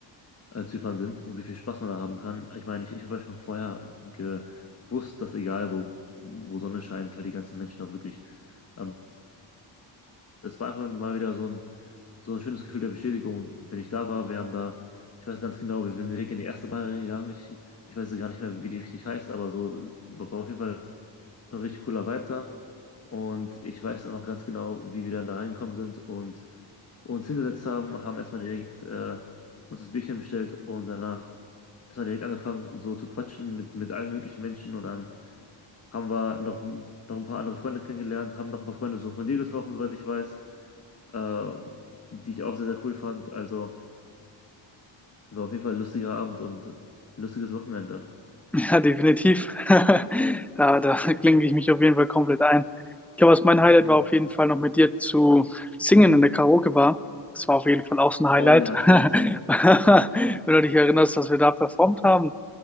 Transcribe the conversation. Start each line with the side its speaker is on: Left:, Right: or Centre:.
Left: äh, Zypern sind und wie viel Spaß man da haben kann. Ich meine, ich, ich habe ja schon vorher gewusst, dass egal wo, wo Sonne scheint, halt die ganzen Menschen auch wirklich. Ähm, es war einfach mal wieder so ein, so ein schönes Gefühl der Bestätigung. Und wenn ich da war, wir haben da, ich weiß ganz genau, wir sind direkt in die erste Bar gegangen. Ich, ich weiß gar nicht mehr, wie die richtig heißt, aber so war war auf jeden Fall ein richtig cooler Vibe da. Und ich weiß dann noch ganz genau, wie wir dann da reingekommen sind und uns hingesetzt haben, haben erstmal direkt äh, uns das Bierchen bestellt und danach erstmal direkt angefangen, so zu quatschen mit, mit allen möglichen Menschen und dann haben wir noch, noch ein paar andere Freunde kennengelernt, haben noch ein paar Freunde so von dir getroffen, soweit ich weiß, äh, die ich auch sehr, sehr cool fand. Also war auf jeden Fall ein lustiger Abend und ein lustiges Wochenende.
Centre: Ja, definitiv. <laughs> Da, da klinke ich mich auf jeden Fall komplett ein. Ich glaube, was mein Highlight
Left: Ja.
Centre: war auf jeden Fall noch mit dir zu singen in der Karaoke-Bar. Das war auf jeden Fall auch so ein Highlight.
Left: Oh ja, stimmt.
Centre: <laughs> Wenn du dich erinnerst, dass wir da performt haben,